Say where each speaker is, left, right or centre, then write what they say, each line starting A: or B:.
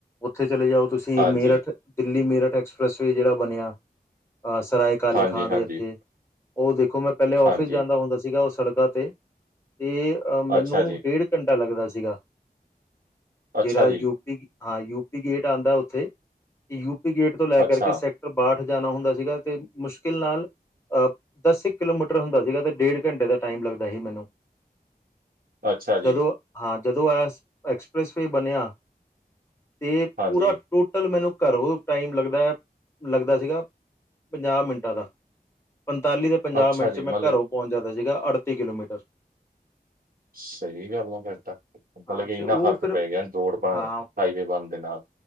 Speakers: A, on the left (about 15°); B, on the right (about 60°).
A: ਉੱਥੇ ਚਲੇ ਜਾਓ ਤੁਸੀਂ
B: ਹਾਂਜੀ
A: ਮੇਰਠ ਦਿੱਲੀ ਮੇਰਠ ਐਕਸਪ੍ਰੈਸ ਵੀ ਜਿਹੜਾ ਬਣਿਆ ਸਰਾਏ ਕਾਲੇ
B: ਹਾਂਜੀ
A: ਖਾਂ
B: ਹਾਂਜੀ
A: ਦੇ ਇੱਥੇ ਉਹ ਦੇਖੋ ਮੈਂ ਪਹਿਲੇ ਆਫਿਸ
B: ਹਾਂਜੀ
A: ਜਾਂਦਾ ਹੁੰਦਾ ਸੀਗਾ ਉਹ ਸੜਕਾਂ ਤੇ ਤੇ ਮੈਨੂੰ
B: ਅੱਛਾ ਜੀ
A: ਡੇਢ ਘੰਟਾ ਲੱਗਦਾ ਸੀਗਾ
B: ਅੱਛਾ
A: ਜਿਹੜਾ
B: ਜੀ
A: ਯੂਪੀ ਹਾਂ ਯ ਗੇਟ ਆਉਂਦਾ ਉੱਥੇ ਯੂਪੀ ਗੇਟ ਤੋਂ ਲੈ
B: ਅੱਛਾ
A: ਕਰ ਕੇ ਸੈਕ ਬਾਠ ਜਾਣਾ ਹੁੰਦਾ ਸੀਗਾ ਤੇ ਮੁਸ਼ਕਿਲ ਨਾਲ ਦਸ ਇੱਕ ਕਿਲੋਮੀਟਰ ਹੁੰਦਾ ਸੀਗਾ ਤੇ ਡੇਢ ਘੰਟੇ ਦਾ ਟਾਈਮ ਲੱਗਦਾ ਸੀ ਮੈਨੂੰ
B: ਅੱਛਾ ਜੀ
A: ਜਦੋਂ ਹਾਂ ਜਦੋਂ ਆ ਐਕਸਪ੍ਰੈਸਵੇ ਬਣਿਆ ਤੇ, ਪੂਰਾ
B: ਹਾਂਜੀ
A: ਟੋਟਲ ਮੈਨੂੰ ਘਰੋਂ ਟਾਈਮ ਲੱਗਦਾ ਲੱਗਦਾ ਸੀਗਾ ਪੰਜਾਹ ਮਿੰਟਾਂ ਦਾ ਪੰਤਾਲੀ ਤੋਂ ਪੰਜਾਹ
B: ਅੱਛਾ
A: ਮਿੰਟ
B: ਜੀ
A: ਚ
B: ਮਤਲਬ
A: ਮੈਂ ਘਰੋਂ ਪਹੁੰਚ ਜਾਂਦਾ ਸੀਗਾ ਅੜਤੀ ਕਿਲੋਮੀਟਰ
B: ਸਹੀ ਗੱਲ ਆ ਫਿਰ ਤਾਂ ਮਤਲਬ
A: ਹਾਂ
B: ਕਿ
A: ਤੇ
B: ਇੰਨਾ
A: ਉਹ
B: ਫਰਕ
A: ਫਿਰ
B: ਪੈ ਗਿਆ ਰੋਡ ਬਣਨ
A: ਹਾਂ
B: ਹਾਈਵੇ ਬਣਨ ਦੇ ਨਾਲ।